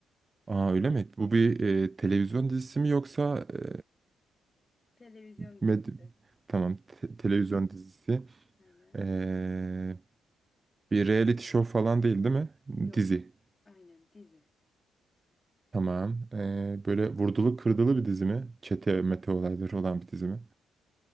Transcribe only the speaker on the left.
Televizyon
dizisi.
Aynen.
Yok.
Aynen dizi.